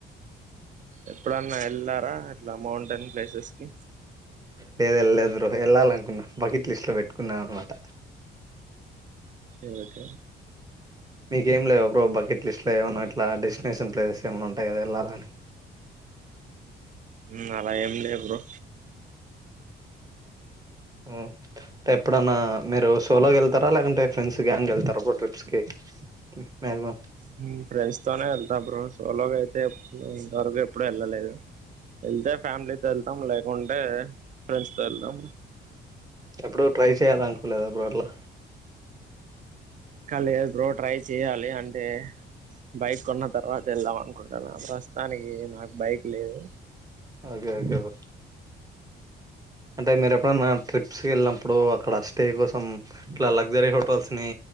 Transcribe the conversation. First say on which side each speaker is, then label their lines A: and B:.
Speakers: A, on the right; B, on the right.
A: ఎప్పుడన్న ఎళ్ళారా అట్ల మౌంటెన్ ప్లేసెస్ కి
B: లేదు, ఎళ్ళలేదు బ్రో. వెళ్ళాలనుకున్న బకెట్ లిస్ట్ లో పెట్టుకున్నా అన్నమాట
A: ఎల్తే
B: మీకేం లేవా బ్రో బకెట్ లిస్ట్ లో ఏమన్నా ఇట్లా డెస్టినేషన్స్ ప్లేస్లే ఏమైన్నా ఉంటాయి కదా వెళ్ళాలని
A: హు అలా ఏం లేవు బ్రో
B: <inaudible> ఎప్పుడన్నా మీరు సోలో గా ఎ తారా లేకుంటే ఫ్రెండ్స్ గ్యాంగ్ వెళ్తారా అబ్బా ట్రిప్స్ కి మ్యాక్సిమం
A: హు ఫ్రెండ్స్ తోనే వెళ్తా బ్రో సోలోగా ఐతే ఎపు ఇంతవరకు ఎప్పుడూ వెళ్ళలేదు వెళ్తే ఫ్యామిలీతో వెళ్తాం లేకుంటే ఫ్రెండ్స్ తో వెళ్తాం
B: ఎప్పుడు ట్రై చేయాల అనుకోలేదు బ్రో అట్లా
A: ఇంకా లేదు బ్రో ట్రై చెయాలి అంటే బైక్ కొన్న తర్వాత వెళ్దాం అనుకుంటాను ప్రస్తుతానికి నాకు బైక్ లేదు
B: ఓకే ఓకే బ్రో అంటే మీరు ఎప్పుడైనా ట్రిప్స్ కి వెళ్ళినప్పుడు అక్కడ స్టే కోసం ఇట్లా లగ్జరీ హోటల్ నీ